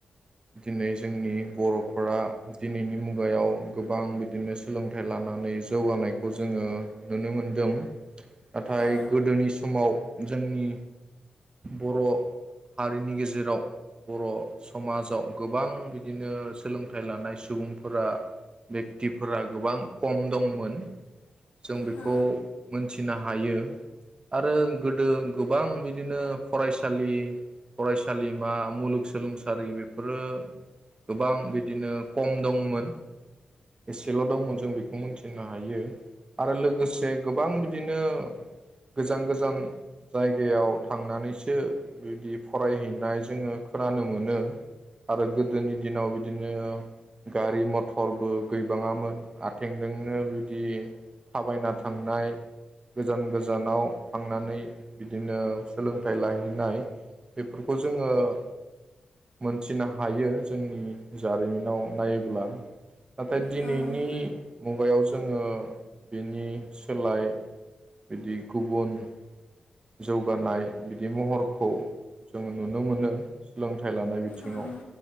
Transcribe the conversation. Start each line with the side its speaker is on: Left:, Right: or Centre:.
Right: दिनै जोंनि बरफोरा दिनैनि मुगायाव गोबां बिदिनो सोलोंथाइ लानानै जौगानायखौ जोङो नुनो मोनदों नाथाय
Left: ओ
Right: गोदोनि समाव जोंनि बर' हारिनि गेजेराव बर' समाज- आव गोबां बिदिनो सोलोंथाइ लानाय सुबुंफोरा बेक्तिफोरा गोबां खम दंमोन। जों बेखौ
Left: ओ
Right: मो- नथिनो हायो आरो गोदो गोबां बिदिनो फरायसालि फरायसालिमा मुलुगसोलोंसारि- गोबां बिदिनो खम दंमोन। एसेल' दंमोन जों बेखौ मि- थिनो हायो आरो लोगोसे गोबां बिदिनो गोजान गोजान जायगायाव थांनानैसो बिदि फरायहैनाय जोङो खोनानो मोनो। आरो गोदोनि दिनाव बिदिनो- गारि मथरबो गैबाङामोन आथिंजोंनो बिदि थाबायना थांनाय गोजान गोजानाव थांनानै बिदिनो सोलोंथाइ लाहैनाय बेफोरखौ जोङो- मिथिनो हायो जोंनि जारिमिनाव नायोब्ला नाथाय दिनैनि
Left: ओं
Right: मुगायाव जोङो बेनि सोलाय बिदि गुबुन- जौगानाय बिदि महरखौ जोङो नुनो मोनो सोलोंथाइ लानाय बिथिङाव
Left: ओं